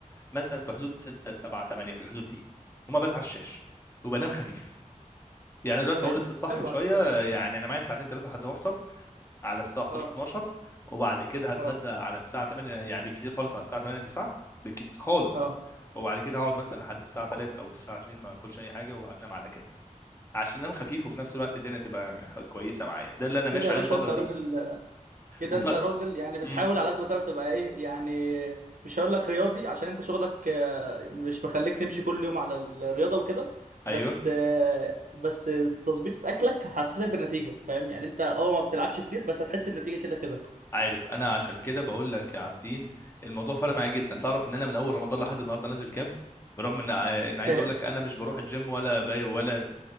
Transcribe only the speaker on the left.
مثلا في حدود 6 7 8 في الحدود دي وما بتعشاش وبنام خفيف يعني دلوقتي
هو لسه صاحي
من شويه
يعني انا معايا ساعتين ثلاثه لحد ما افطر على الساعه 11
12 وبعد كده هتغدى
على الساعه 8 يعني بالكتير خالص على الساعه 8 9 بالكتير خالص
وبعد كده هقعد مثلا لحد الساعه 3 او الساعه 2 ما اكلش اي حاجه وهنام على كده عشان انام خفيف وفي نفس الوقت الدنيا تبقى كويسه معايا ده اللي انا
ماشي
عليه
الفتره
دي
وفرق
امم
ايوه
عارف انا عشان كده بقول لك يا عابدين الموضوع فرق معايا جدا تعرف ان انا من اول رمضان لحد النهارده نازل كام برغم ان ع- ان عايز
اقول لك انا مش بروح الجيم ولا باي ولا